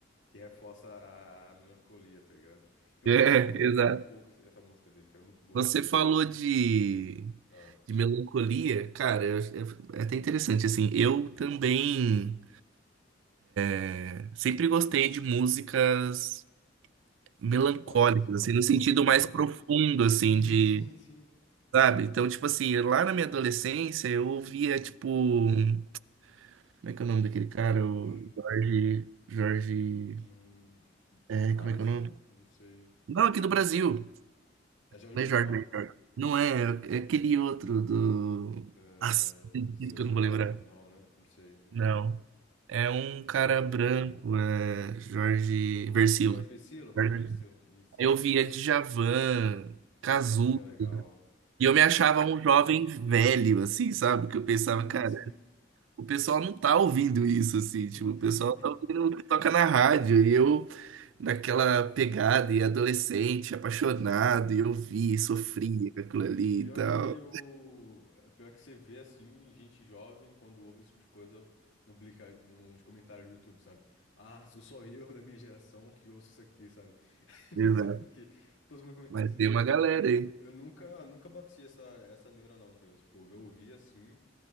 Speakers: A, on the left; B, on the right.
A: que reforça a, a melancolia, tá ligado? Eu
B: É,
A: vou até ouvir
B: <laughs> exato.
A: daqui a pouco esse- essa música dele, cara, é muito boa.
B: Você falou de
A: Ah,
B: De melancolia, cara, eu- é é até interessante, assim, eu também é, sempre gostei de músicas melancólicas,
A: melancólica, assim?
B: assim, no
A: Pode
B: sentido
A: crer.
B: mais profundo, assim,
A: Sim,
B: de,
A: sim, sim.
B: sabe? Então, tipo assim, lá na minha adolescência, eu ouvia, tipo, como é que é o nome daquele cara?
A: Uns-
B: O Jorge, Jorge,
A: Hum,
B: é,
A: Harrison?
B: como é que é o nome?
A: Não sei.
B: Não, aqui do Brasil,
A: É Jorge
B: não
A: Benjor?
B: é Jorge, não é Jorge. Não é, é aquele outro do...
A: É,
B: Nossa, tem que
A: Seus
B: eu
A: Jorge?
B: não vou lembrar.
A: Não, né? Não sei, não
B: Não.
A: sei.
B: É um
A: Não.
B: cara branco, é Jorge
A: O
B: Versilo.
A: Jorge Vecilo,
B: Jorge
A: Jorge
B: Versilo.
A: Vecilo, isso.
B: Eu via Djavan,
A: Djavan
B: Cazu,
A: também é legal. Cazu
B: e eu me achava
A: também, cara.
B: um jovem velho, assim, sabe? Que eu
A: Sim,
B: pensava, cara,
A: sim.
B: o pessoal não tá ouvindo isso, assim, tipo,
A: <laughs>
B: o pessoal tá ouvindo o que toca na rádio, e eu naquela pegada, e adolescente, apaixonado, e eu vi,
A: Sim.
B: sofria com aquilo ali
A: Pior
B: e tal.
A: que eu. Pior que você vê assim, gente jovem, quando ouve esse tipo de coisa, publica no- nos comentários do YouTube, sabe? Ah, sou só eu da minha geração que ouço isso aqui, sabe? <laughs>
B: Exato.
A: Não sei por quê. Todo mundo comenta
B: Mas
A: isso,
B: tem
A: mas,
B: uma
A: tipo,
B: galera aí.
A: eu nunca, nunca bati essa, essa neura, não, tá ligado? Tipo, eu ouvia assim,